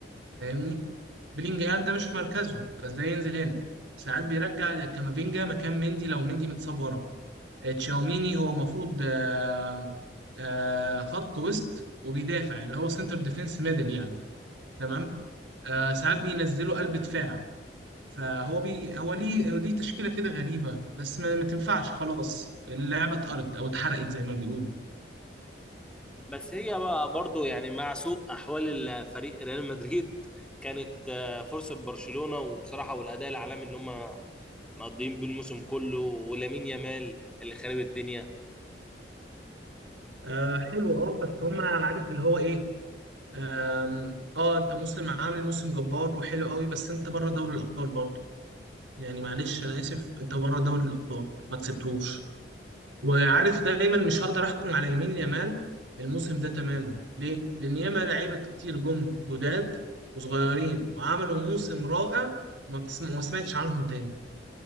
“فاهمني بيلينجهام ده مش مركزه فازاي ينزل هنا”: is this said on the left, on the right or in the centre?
Right